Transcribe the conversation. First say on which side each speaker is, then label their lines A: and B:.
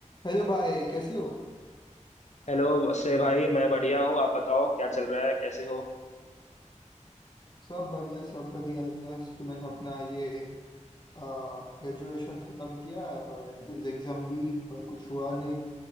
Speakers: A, on the left; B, on the left.
A: Hello भाई कैसे हो
B: Hello Shrey भाई मैं बढ़िया हूँ आप बताओ क्या चल रहा है कैसे हो
A: सब बढ़िया सब बढ़िया जस्ट मैंने अपना ये ग्रेजुएशन ख़त्म किया है और एंट्रेंस एग्ज़ाम दी पर कुछ हुआ नहीं